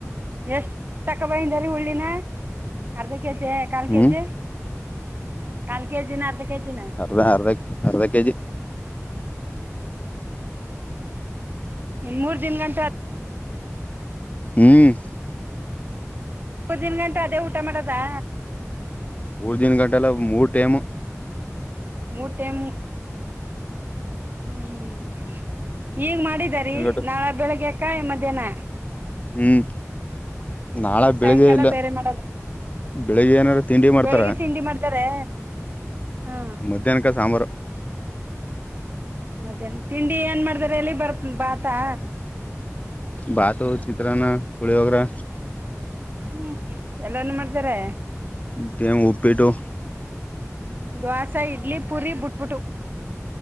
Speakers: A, on the right; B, on the left.
A: ಎಷ್ಟ ತಕ್ಕ ಬೈಂದ ರೀ ಉಳ್ಳಿನ ಅರ್ಧ ಕೆ ಜಿ ಕಾಲ್
B: ಹ್ಮ್
A: ಕೆಜಿ ಕಾಲ್ ಕೆಜಿನ ಅರ್ಧ ಕೆಜಿನ.
B: ಅರ್ಧ ಅರ್ಧ ಅರ್ಧ ಕೆಜಿ
A: ಹ್ಮ್ ಮೂರ್ ದಿನ್ ಗಂಟ
B: ಹ್ಮ್
A: ಮೂರ್ ದಿನ ಗಂಟೆ ಅದೇ ಊಟ ಮಾಡೋದಾ.
B: ಮೂರ್ ದಿನ ಗಂಟೆಲ್ಲ ಮೂರ್ ಟೈಮ್.
A: ಮೂಟೆಮ ಹ್ಮ್ ಈಗ ಮಾಡಿದಾರಿ
B: ಗಂಟು
A: ನಾಳ ಬೆಳಗ್ಗೆಕಾಯಿ ಮಧ್ಯಾಹ್ನ
B: ಹ್ಮ್ ನಾಳ
A: ಹ್ಮ್ ಸಾಯಂಕಾಲ
B: ಬೆಳಿಗ್ಗೆ ಇಲ್ಲ
A: ಬೇರೆ ಮಾಡದು
B: ಬೆಳಿಗ್ಗೆ ಏನಾರ ತಿಂಡಿ ಮಾಡ್ತಾರ
A: ಬೆಳಿಗ್ಗೆ ತಿಂಡಿ ಮಾಡ್ತಾರೆ. ಹಾ
B: ಮಧ್ಯಾಹ್ನಕ ಸಾಂಬಾರು
A: ಮಧ್ಯಾಹ್ನ ತಿಂಡಿ ಏನ್ ಮಾಡ್ರ ಎಲ್ಲಿ ಬರ್ ಬಾತಾ.
B: ಬಾತು ಚಿತ್ರನ ಪುಲಿಯೋಗರೆ
A: ಹ್ಮ್ ಎಲ್ಲನ ಮಾಡ್ತಾರೆ
B: ತೆ ಉಪ್ಪಿಟ್ಟು
A: ದೋಸೆ ಇಡ್ಲಿ ಪೂರಿ ಬಿುಟ್ಬಿಟ್ಟು